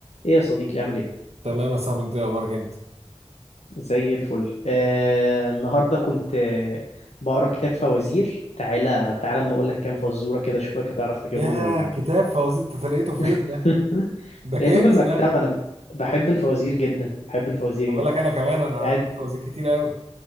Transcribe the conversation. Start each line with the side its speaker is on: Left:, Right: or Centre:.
Left: ايه يا صديقي عامل ايه
Right: تمام يا صاحبي انت ايه اخبارك انت
Left: زي الفل آه النهارده كنت آه، بقرا كتاب فوازير تعالى تعالى اما اقول لك كام فزوره كده اشوفك هتعرف تجيبهم
Right: ياه
Left: ولا لا
Right: كتاب فوازير انت لقيته فين
Left: <laughs>
Right: ده؟ ده كنز
Left: لقيته في المكتبه
Right: ده
Left: انا بحب الفوازير جدا بحب الفوازير
Right: خد
Left: جدا
Right: بالك انا كمان انا
Left: بتاعت
Right: عندي فوازير كتير قوي